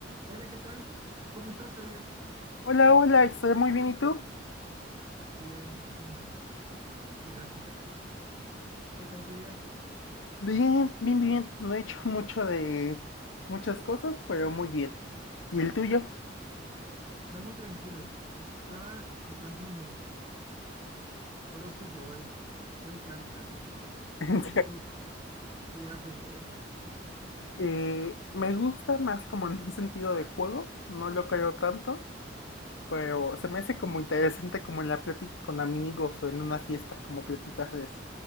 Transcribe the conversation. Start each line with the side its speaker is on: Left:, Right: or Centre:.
Right: Hola, ¿qué tal? ¿Cómo estás, Javier?
Left: Hola, hola, estoy muy bien, ¿y tú?
Right: Bien, muchísimas gracias. ¿Qué tal tu día?
Left: Bien, bien, bien. No he hecho <laughs> mucho de muchas cosas, pero muy bien. ¿Y el tuyo? <laughs>
Right: Va muy tranquilo. Estaba checando mi ho- horóscopo hoy. Soy cáncer.
Left: En
Right: No sé si tú creas en eso.
Left: Eh, me gusta más como en un sentido de juego, no lo creo tanto, pero se me hace como interesante como en la plática con amigos o en una fiesta, como platicar de eso.